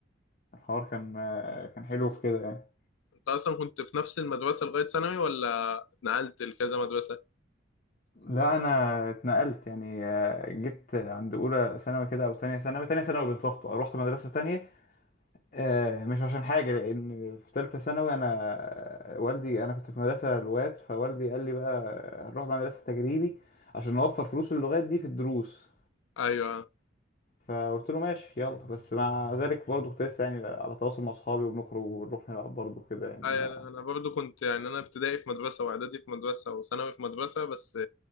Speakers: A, on the left; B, on the left.
A: الحوار كان آه، كان حلو في كده يعني
B: انت اصلا كنت في نفس المدرسه لغايه ثانوي ولا اتنقلت لكذا مدرسه
A: لا انا اتنقلت يعني آه، جيت عند اولى ثانوي كده او تانية ثانوي تانية ثانوي بالظبط آه، رحت مدرسه تانية آه، مش عشان حاجه لان في ثالثه ثانوي انا آه، والدي انا كنت في مدرسه لغات فوالدي قال لي بقى هنروح بقى مدرسه تجريبي عشان نوفر فلوس اللغات دي في الدروس
B: ايوه
A: فقلت له ماشي يلا بس مع ذلك برضه كنت لسه يعني على تواصل مع اصحابي وبنخرج وبنروح نلعب برضه كده يعني
B: انا
A: ما
B: أنا برضو كنت يعني انا ابتدائي في مدرسه واعدادي في مدرسه وثانوي في مدرسه بس